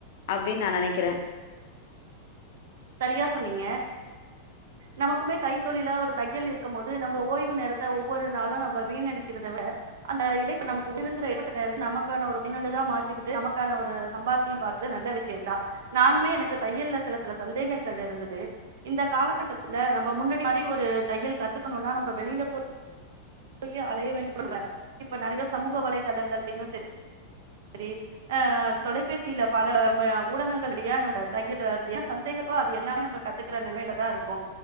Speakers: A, on the left (about 55°); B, on the right (about 70°).
A: அப்படின்னு நான் நினைக்கிறேன்
B: சரியா சொன்னீங்க நமக்குமே கைத்தொழிலா ஒரு தையல் இருக்கும் போது நம்ம ஓய்வு நேரத்தை ஒவ்வொரு நாளும் நம்ம வீணடிக்கிறதவிட அந்த இடைப்ப நமக்கு உய ஏப்பட்ட நேரத்தை நமக்கான ஒரு பயனுள்ளதான் மாத்திக்கிட்டு நமக்கான ஒரு சம்பாத்தியம் பாக்குறது நல்ல விஷயம தான் நானுமே எனக்கு தையல்ல சில சில சந்தேகங்கள் இருந்தது இந்த காலகட்டத்துல நம்ம முன்னாடி மாதிரி ஒரு தையல் கத்துக்கணும்னா நம்ம வெளியில போய் போய் அலைய வேண்டும் இப்ப நிறைய சமூக வலைதளங்கள்லையும் ச சரி ஆஹ் தொலைபேசியில பல ஊடகங்கள்லயே நம்ம தையல் சந்தேகமோ அது எல்லாமே நம்ம கத்துக்கற நிலையில தான் இருக்கும்